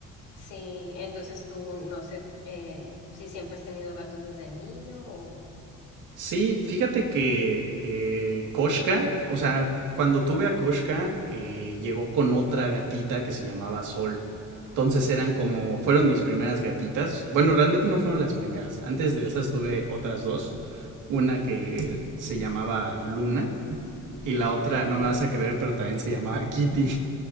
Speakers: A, on the left; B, on the right.
A: Sí, entonces tú no sé eh, si siempre has tenido gatos desde niño o...
B: Sí, fíjate que eh, Koshka, o sea, cuando tuve a Koshka, eh, llegó con otra gatita que se llamaba Sol. Entonces eran como, fueron mis primeras gatitas. Bueno, realmente no fueron las primeras. Antes de esas tuve otras dos. Una que se llamaba Luna y la otra,
A: Ujú.
B: no me vas a creer, pero también se llamaba Kitty.